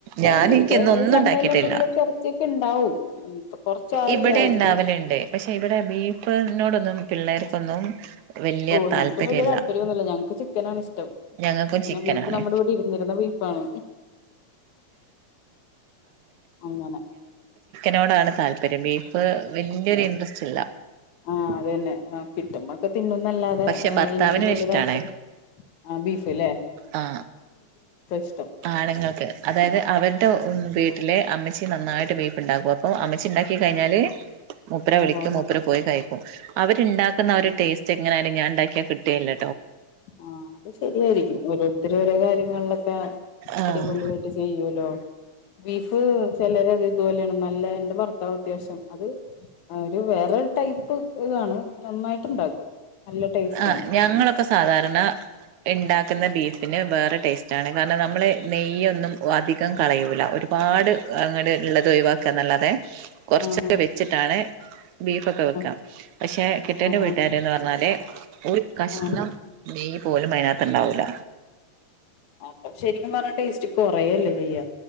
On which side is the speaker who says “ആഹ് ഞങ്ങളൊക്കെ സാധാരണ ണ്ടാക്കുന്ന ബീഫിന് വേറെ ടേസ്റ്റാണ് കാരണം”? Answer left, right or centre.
Right